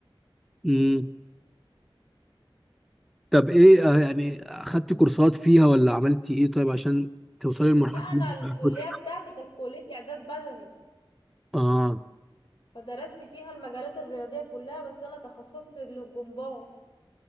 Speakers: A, in the centre; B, on the left.
A: امم طب ايه آه، يعني اخدت كورسات فيها ولا عملتي ايه طيب عشان توصلي لمرحله
B: لا انا
A: إن أنت
B: الكليه
A: تبقى كوتش؟
B: بتاعتي كانت كليه اعداد بدني
A: اه
B: فدرست فيها المجالات الرياضيه كلها بس انا تخصصت للجمباز